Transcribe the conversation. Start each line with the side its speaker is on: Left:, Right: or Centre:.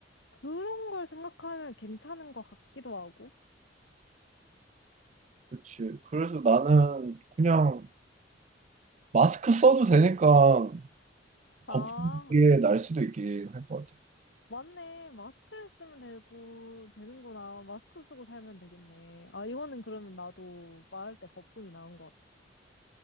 Left: 그런 걸 생각하면 괜찮은 것 같기도 하고.
Right: 그치. 그래서 나는 그냥 마스크 써도 되니까
Left: 아,
Right: 거품이 날 수도 있긴 할 것 같아.
Left: 맞네. 마스크를 쓰면 되고, 되는구나. 마스크 쓰고 살면 되겠네. 아, 이거는 그러면 나도 말할 때 거품이 나온 것 같아.